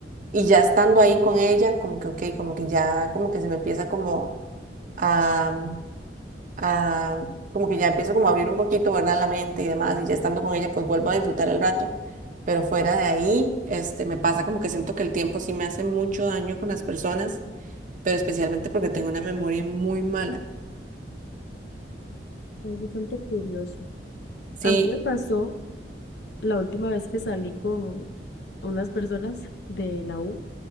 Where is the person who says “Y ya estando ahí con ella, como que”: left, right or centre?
Right